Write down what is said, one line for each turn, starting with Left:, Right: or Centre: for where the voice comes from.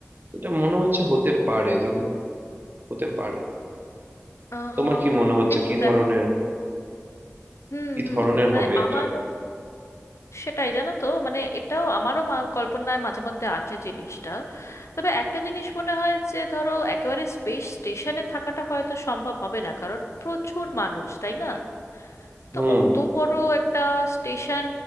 Right: এটা মনে হচ্ছে হতে পারে যেমন হতে পারে
Left: আহ,
Right: তোমার কি মনে হচ্ছে
Left: কিন্তু
Right: কি
Left: দেখ
Right: ধরনের
Left: হুম
Right: কি
Left: হুম
Right: ধরনের
Left: মানে
Right: হবে
Left: আমারও
Right: এটা
Left: সেটাই জানো তো মানে এটাও আমারও মা- কল্পনায় মাঝে মধ্যে আসে জিনিসটা তবে একটা জিনিস মনে হয় যে ধরো একেবারে স্পেস স্টেশনে থাকাটা হয়তো সম্ভব হবে না কারণ প্রচুর মানুষ তাই না
Right: হুম
Left: তো অত বড় একটা স্টেশন